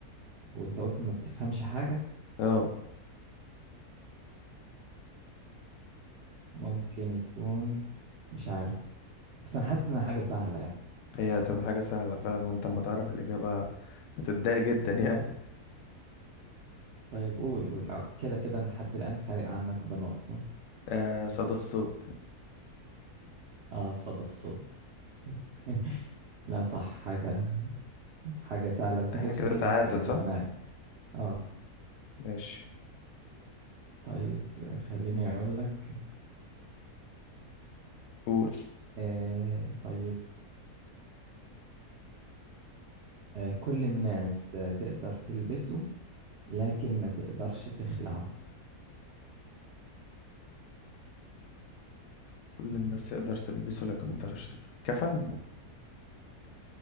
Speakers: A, on the right (about 65°); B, on the left (about 65°).
A: وأنت قلت ما بتفهمش حاجة
B: اه
A: ممكن يكون مش عارف بس انا حاسس انها حاجة سهلة يعني
B: هي هتبقى حاجة سهلة فعلا وانت ما تعرف الإجابة هتتضايق جدا يعني
A: طيب قول قول آه، كده كده أنا لحد الآن فارق عنك بنقطة
B: <laughs> آه صدى الصوت
A: اه صدى الصوت <laughs> لا صح حاجة حاجة سهلة بس
B: احنا
A: ما كانتش
B: كده
A: هتيجي
B: تعادل
A: في في
B: صح؟
A: دماغي اه
B: ماشي
A: طيب آه، خليني أقول لك
B: قول
A: آه طيب آه كل الناس آه، تقدر تلبسه لكن ما تقدرش تخلعه
B: كل الناس تقدر تلبسه لكن ما تعرفش تغيره كفن؟